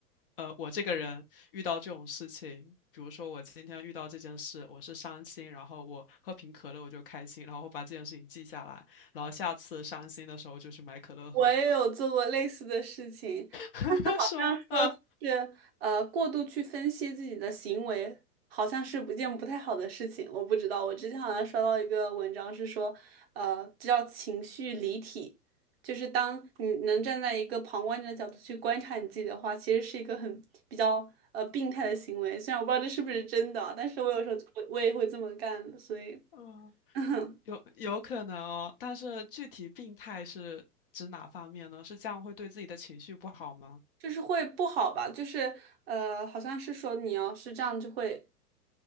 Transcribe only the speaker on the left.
呃，我这个人遇到这种事情，比如说我今天遇到这件事，我是伤心，然后我喝瓶可乐我就开心，然后我把这件事情记下来，然后下次伤心的时候就去买可乐喝，
<laughs>
是吗？啊，
嗯。
有有可能哦，但是具体病态是指哪方面呢？是这样会对自己的情绪不好吗？